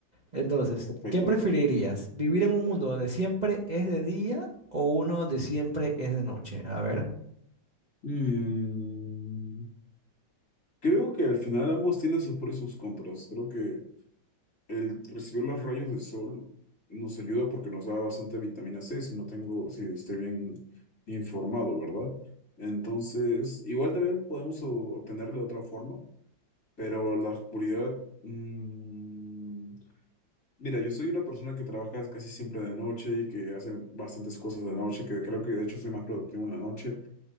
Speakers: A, on the right (about 25°); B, on the left (about 45°).
A: Entonces,
B: Perfecto.
A: ¿qué preferirías? ¿Vivir en un mundo donde siempre es de día o uno donde siempre es de noche? A ver.
B: Mm, Creo que al final ambos tienen sus pros y sus contras. Creo que el recibir los rayos de sol nos ayuda porque nos da bastante vitamina C, si no tengo, si estoy bien informado, ¿verdad? Entonces, igual también podemos o- obtenerla de otra forma, pero la oscuridad... mm, Mira, yo soy una persona que trabaja casi siempre de noche y que hace bastantes cosas de noche, que creo que de hecho soy más productivo en la noche.